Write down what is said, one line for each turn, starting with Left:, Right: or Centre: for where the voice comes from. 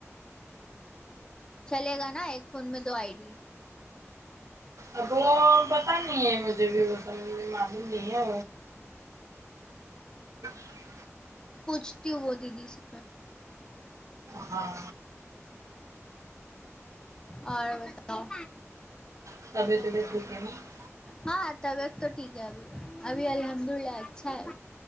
Left: چلے گا نا ایک فون میں دو آئی ڈی
Right: ا وہ پتا نہیں ہے مجھے بھی وہ سمجھ میں معلوم نہیں ہے <unintelligible>
Left: پوچھتی ہوں وہ دیدی سے
Right: ہاں
Left: اور بتاؤ
Right: <unintelligible>
Left: ہاں طبیعت تو ٹھیک ہے ابھی ابھی الحمد اللہ اچھا ہے